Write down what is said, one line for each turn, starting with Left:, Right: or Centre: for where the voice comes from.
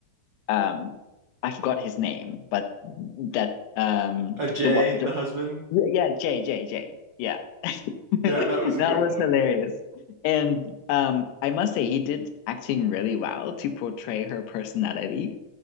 Left: um I forgot his name, but that um
Right: Uh, Jay,
Left: the what the
Right: the husband.
Left: yeah Jay Jay Jay yeah <laughs>
Right: Yeah,
Left: that
Right: that was a good
Left: was
Right: one.
Left: hilarious, and um I must say he did acting really well to portray her personality